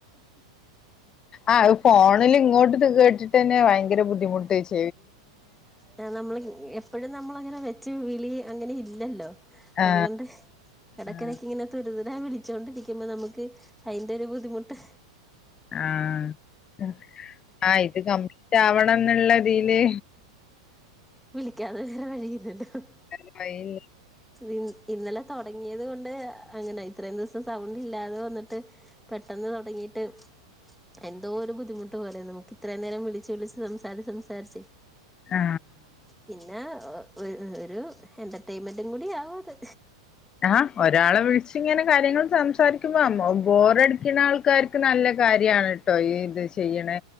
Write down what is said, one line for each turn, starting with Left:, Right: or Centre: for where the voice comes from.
Left: അഅ് ഫോണില് ഇങ്ങോട്ട് ത്കേ ന്നെട്ടെന്നെ ഭയങ്കര ബുധിമുട്ട് ച്
Centre: ആ നമ്മള് എപ്പോഴും നമ്മള അങ്ങനെ വെച്ച് വിളി അങ്ങനെ ഇല്ലല്ലോ?
Left: ആ
Centre: അതുകൊണ്ട്? ഇടയ്ക്കിടക്ക്
Left: ആ
Centre: ഇങ്ങനെ തുരിതുരാ വിളിച്ചോണ്ടിരിക്കുമ്പോ, നമുക്ക് അയിന്റെ ഒരു ബുദ്ധിമുട്ട്.
Left: ആഹ് ആ ഇത് കംപ്ലീറ്റ് ആവണം എന്നുള്ളതില്
Centre: വിളിക്കാതെന്ന വഴിയില്ലല്ലോ
Left: <inaudible>
Centre: ഇ ഇന്നലെ തോടങ്ങിയത് കൊണ്ട് അങ്ങനെ ഇത്രേം ദിവസം സൗണ്ട് ഇല്ലാതെ വന്ന്ട്ട് പെട്ടെന്ന് തൊടങ്ങിട്ട് എന്തോ ഒരു ബുദ്ധിമുട്ട് പോലെ നമുക്ക് ഇത്രയും നേരം വിളിച് വിളിച്ച് സംസാരിച്ച് സംസാരിച്ചേ?
Left: ആ
Centre: പിന്നെ ഒരു എന്റർടൈൻമെന്റും കൂടി ആവുത്
Left: ആ ഒരാളെ വിളിച്ചിങ്ങനെ കാര്യങ്ങൾ സംസാരിക്കുമ്പോ ബോറടിക്കുന്ന ആൾക്കാർ ക്ക്നല്ല കാര്യാണ് ട്ടോ ഈ ഇത് ചെയ്യ്ണ്